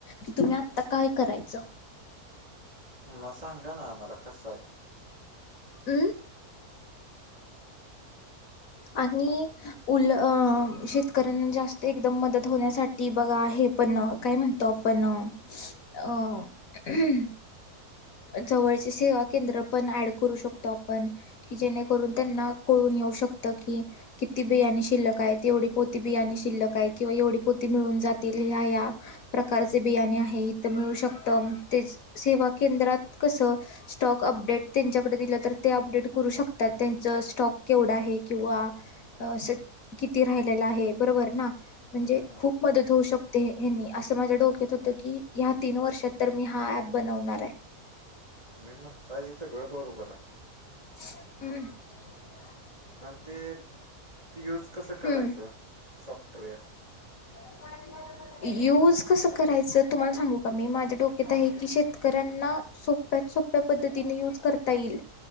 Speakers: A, on the left (about 65°); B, on the right (about 25°).
A: कि तुम्ही आता काय करायचं
B: म सांगा ना आम्हाला कस आहे.
A: <inaudible> आणि उल शेतकऱ्यांना जास्त एकदम मदत होण्यासाठी बघा हे पण काय म्हणतो पण अ <unintelligible> जवळचे सेवा केंद्र पण ऍड करू शकतो आपण कि जेणेकरून त्यांना कळून येऊ शकत. की किती बियाणे शिल्लक आहेत. एवढी पोती बियाणे शिल्लक आहे. किंवा एवढी पोती मिळून जातील ह्या ह्या प्रकारचे बियाणे आहे इथ मिळू शकत तेच सेवा केंद्रात कसं स्टॉक अपडेट त्यांच्याकडे दिलं, तर ते अपडेट करू शकतात त्यांच स्टॉक केवढा आहे किंवा अस किती राहिलेला आहे, बरोबर ना? म्हणजे
B: हम्म
A: खूप मदत होऊ शक ते यांनी असं माझ्या डोक्यात होतं की, या तीन वर्षात तर मी हा ऍप बनवणार आहे.
B: मी म्हणता हे सगळं बरोबर आहे.
A: ह <unintelligible>
B: पण ते यूज कसं करायचं,
A: हम्म
B: सॉफ्टवेअर?
A: <inaudible> युज कसं करायचं तुम्हाला सांगू का मी, माझ्या डोक्यात आहे की शेतकऱ्यांना सोप्यात सोप्या पद्धतीने युज करता येईल.